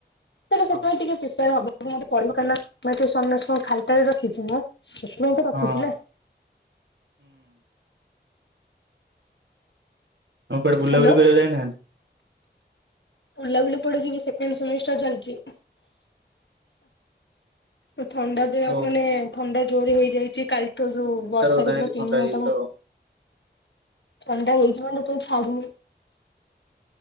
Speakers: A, on the left; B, on the right.
A: ହେଲେ ସେଥିପାଇଁ
B: ହଁ
A: ଟିକେ ପ୍ରିପେୟାର ହବାକୁ ମତେ ପଡ଼ିବ କାହିଁକିନା <inaudible> ଖାଲିଟାରେ ରଖିଚି ମୁଁ। ସେଥିପାଇଁ ତ ରଖିଛି
B: ହୁଁ
A: ନା।
B: ଆଉ କୁଆଡେ ବୁଲାବୁଲି
A: ହ୍ୟାଲୋ।
B: କରିବା ପାଇଁ ଯାଇନାହାନ୍ତି।
A: ବୁଲାବୁଲି କୁଆଡ଼େ ଯିବି ସେକେଣ୍ଡ ସେମିଷ୍ଟାର ଚାଲିଚି। ଏ ଥଣ୍ଡା ଦେହ
B: ଓ
A: ମାନେ ଥଣ୍ଡା ଜୋରେ ହେଇଯାଇଛି କାଲି ଠୁ ଯୋଉ ବର୍ଷାରେ
B: ଓଦା ହେଇକି
A: ପୁରା
B: ଥଣ୍ଡା
A: ତିନି
B: ହେଇଯାଇଥିବ
A: ଘଣ୍ଟାରୁ ଥଣ୍ଡା ହେଇଚି ମାନେ କେବେ ଛାଡୁନି।